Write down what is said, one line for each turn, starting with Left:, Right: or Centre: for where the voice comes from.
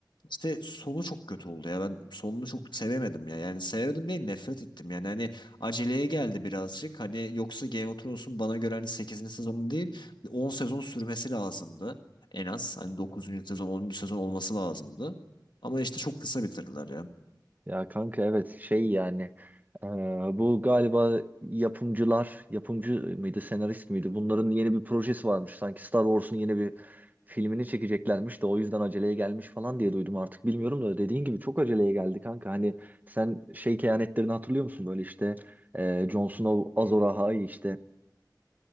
Left: işte sonu çok kötü oldu ya. Ben sonunu çok sevemedim ya. Yani sevemedim değil nefret ettim. Yani hani aceleye geldi birazcık. Hani yoksa Game of Thrones'un bana göre hani sekizinci sezonu değil 10 sezon sürmesi lazımdı. En az hani dokuzuncu sezon onuncu sezon olması lazımdı. Ama işte çok kısa bitirdiler ya.
Right: Ya kanka evet şey yani eee, bu galiba yapımcılar yapımcı mıydı senarist miydi bunların yeni bir projesi varmış sanki Star Wars'un yeni bir filmini çekeceklermiş de o yüzden aceleye gelmiş falan diye duydum artık bilmiyorum da dediğin gibi çok aceleye geldi kanka hani sen şey kehanetlerini hatırlıyor musun böyle işte eee Jon Snow Azor Ahai işte